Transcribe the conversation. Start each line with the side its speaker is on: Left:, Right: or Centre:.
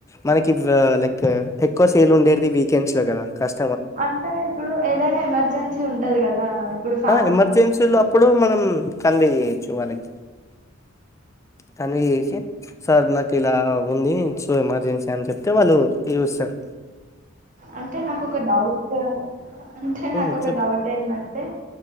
Left: మనకి వ లైక్ ఎక్కువ సేల్ ఉండేడిది వీకెండ్స్ లో కదా కస్
Right: అంటే ఇప్పుడు ఏదైన ఎమర్జెన్సీ ఉంటది గదా ఇప్పుడు ఫ్యామిలీ
Left: ఆ ఎమర్జెన్సీలో
Right: ఫంక్షన్సు
Left: అప్పుడు మనం కన్వే చేయచ్చు వాళ్ళకి కన్వె చేషి సార్ నాకు ఇలా ఉంది సో ఎమర్జెన్సీ అని చెప్తే వాళ్ళు లీవ్ ఇస్తరు
Right: అంటే నాకు ఒక డౌటు అంటే
Left: ఉమ్,
Right: నాకు ఒక
Left: చెప్
Right: డౌట్ ఏందంటే